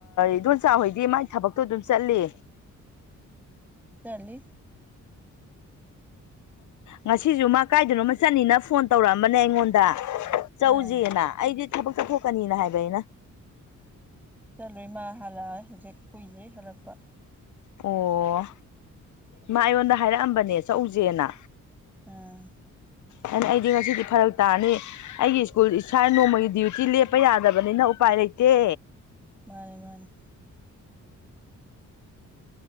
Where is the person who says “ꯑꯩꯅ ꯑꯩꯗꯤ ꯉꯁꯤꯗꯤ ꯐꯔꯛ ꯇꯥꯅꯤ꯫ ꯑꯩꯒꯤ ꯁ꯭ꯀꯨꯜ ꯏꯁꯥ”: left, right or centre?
Left